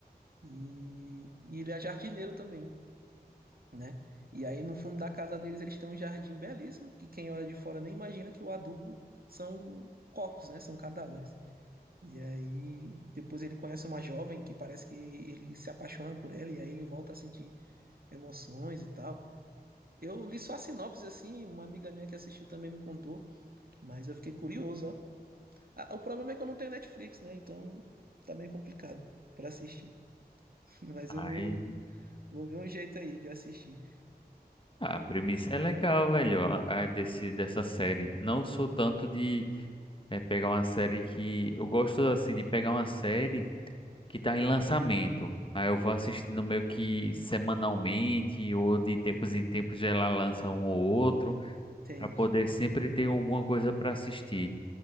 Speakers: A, on the right; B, on the left.
A: E, e ele é jardineiro também, né? E aí no fundo da casa deles eles têm um jardim belíssimo, que quem olha de fora nem imagina que o adubo são corpos, né? São cadáveres. E aí depois ele conhece uma jovem que parece que ele se apaixona por ela e aí ele volta a sentir emoções e tal. Eu li só a sinopse assim, uma amiga minha que assistiu também me contou, mas eu fiquei curioso, ó. Ah, O problema é que eu não tenho Netflix, né? Então tá meio complicado pra assistir. <laughs> Mas
B: Aí.
A: eu vou, vou ver um jeito aí de assistir.
B: Ah, a premissa é legal, velho, a, a desse, dessa série. Não sou tanto de eh, pegar uma série que. Eu gosto, assim, de pegar uma série. que tá em lançamento. Aí eu vou assistindo meio que semanalmente ou de tempos em tempos ela lança um ou outro
A: Entendi.
B: para poder sempre ter alguma coisa para assistir.